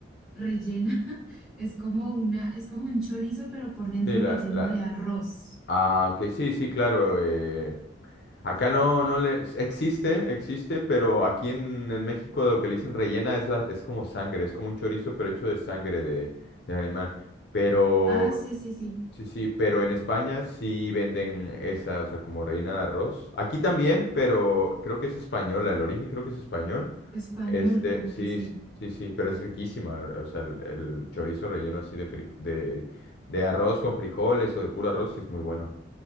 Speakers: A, in the centre; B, on the left (about 55°).
A: rellena, <laughs> es como una, es como un chorizo, pero por dentro
B: Sí, la,
A: relleno
B: la...
A: de arroz.
B: Ah, ok, sí, sí, claro. eh, acá no, no le... Existe, existe, pero aquí en, en México lo que le dicen rellena es, la, es como sangre, es como un chorizo, pero hecho de sangre de, del animal. Pero,
A: Ah, sí, sí, sí,
B: sí, sí, pero en España sí venden esa, o sea, como rellena de arroz. Aquí también, pero creo que es española, el origen creo que es español.
A: español,
B: Este,
A: como
B: sí,
A: que sí,
B: sí, sí, sí, pero es riquísima, o sea, el, el chorizo relleno así de, frijo- de, de arroz con frijoles o de puro arroz, sí es muy bueno.